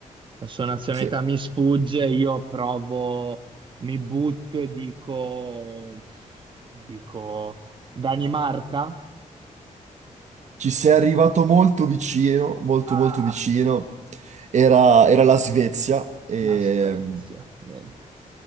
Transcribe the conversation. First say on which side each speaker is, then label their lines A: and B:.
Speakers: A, on the right; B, on the right.
A: la sua nazionalità
B: sì,
A: mi sfugge, io provo, mi butto e dico, dico Danimarca?
B: ci sei arrivato molto vicino, molto
A: Ah,
B: molto vicino. Era, era la Svezia. e
A: la Spezia, niente.